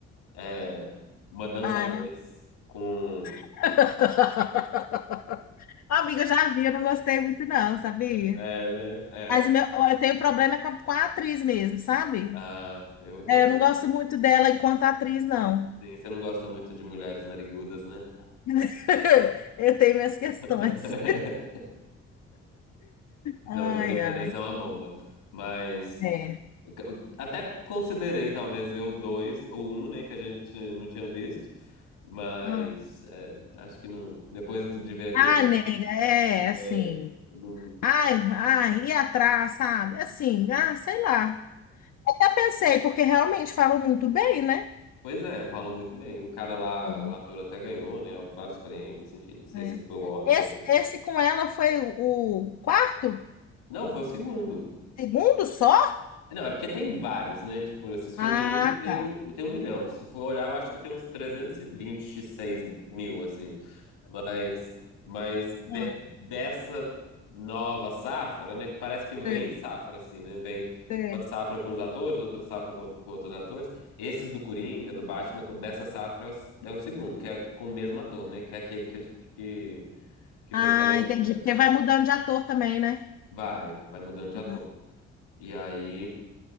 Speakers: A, on the left; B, on the left.
A: É, Uma Dança
B: ah,
A: 2 com...
B: <laughs> Amiga, eu já vi, eu não gostei muito, não, sabia?
A: É, né? É.
B: Mas o meu- eu tenho problema com a, com a atriz mesmo, sabe?
A: Ah, eu, eu
B: É, eu não gosto muito dela enquanto atriz, não.
A: Sim, você não gosta muito de mulheres narigudas, né?
B: <laughs> Eu tenho minhas questões.
A: <laughs>
B: Ai,
A: Não, tô brincando,
B: ai,
A: essa é uma bomba. Mas
B: é.
A: eu até considerei talvez ver o 2 ou o um, né, que a gente não tinha visto, mas
B: Ah,
A: é, acho que não. Depois de ver aquele.
B: Ah, nega, é,
A: é,
B: assim.
A: não-
B: Ai, ai, ir atrás, sabe? Assim, ah, sei lá. Até pensei, porque realmente falam muito bem, né?
A: Pois é, falam muito bem. O cara lá,
B: Sim.
A: o ator até ganhou, né, vários prêmios, enfim, não sei
B: É.
A: se foi o Oscar.
B: Esse,
A: ou alguma coisa.
B: esse com ela foi o o quarto?
A: Não, foi o segundo.
B: Segundo só?
A: Não, é porque tem vários, né? Tipo, esses filmes
B: Ah,
A: aí tem
B: tá.
A: um, tem um milhão. Se for olhar, eu acho que tem uns trezentos e e vinte e seis mil, assim. Mas, mas de-
B: Ah,
A: dessa nova safra, né? Parece que vem
B: sei,
A: safra, assim, né? Vem
B: sei.
A: uma safra com os atores, outra safra com, com outros atores. Esses do Coringa, do Batman, co- dessa safra é o, é o segundo, que é com o mesmo ator, né? Que é aquele que, a gente- que, que
B: Ah,
A: fez com a Lady
B: entendi.
A: Gaga.
B: Porque vai mudando de ator também, né?
A: Vai, vai mudando de
B: Ah,
A: ator. E aí.